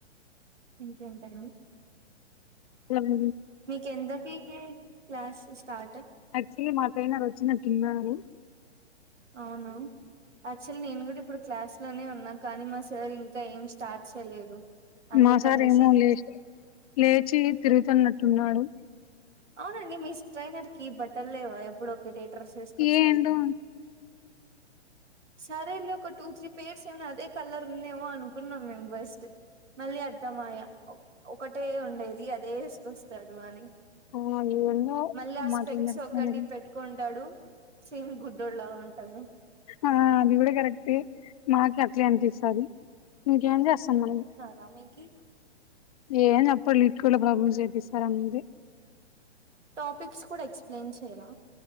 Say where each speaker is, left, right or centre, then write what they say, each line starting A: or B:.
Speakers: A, on the right (about 90°); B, on the left (about 35°).
A: ఇంకా అంతేనా
B: లాబ్
A: మీకు ఎన్నింటికి క్లాస్ స్టార్ట్
B: యాక్చువల్లీ మా ట్రైనర్ వచ్చినట్టున్నారు
A: అవునా యాక్చువల్లీ నేను కూడా ఇప్పుడు క్లాస్లోనే ఉన్నా కానీ మా సార్ ఇంకా ఏం స్టార్ట్ చేయలేదు అందుకనేసి
B: మా సార్ ఏమో లేచ లేచి తిరుగుతున్నట్టున్నాడు
A: అవునండి మీ స్ట్రైనర్ కి బట్టలు లేవా ఎప్పుడు ఒకటేట్రస్ వేసుకొస్తాడు
B: ఏందో
A: ఆ సరేలే ఒక టూ త్రీ పేర్స్ ఏమనా అదే కలర్ ఉందేమో అనుకుంన్నాం మేము ఫస్ట్ మళ్ళీ అర్థమాయ ఒకటే ఉండేది అదే వేసుకొస్తాడు అని
B: ఆ ఏందో
A: మళ్ళీ ఆ
B: మాట
A: స్పెడ్స్
B: వినడమే
A: ఒకటి
B: లేదు
A: పెట్టుకుంటాడు సేమ్ గుడ్డోళ ఉంటాడు
B: ఆ అది కూడా కరెక్టే మాకి అట్లే అనిపిస్తుంది ఇంకేం చేస్తాం మనం
A: రమికి
B: ఏం చెప్పరు లిట్కోలో ప్రాబ్లమ్స్ చేయిస్తారు అంతే
A: టాపిక్స్ కూడా ఎక్స్ప్లెయిన్ చేయరా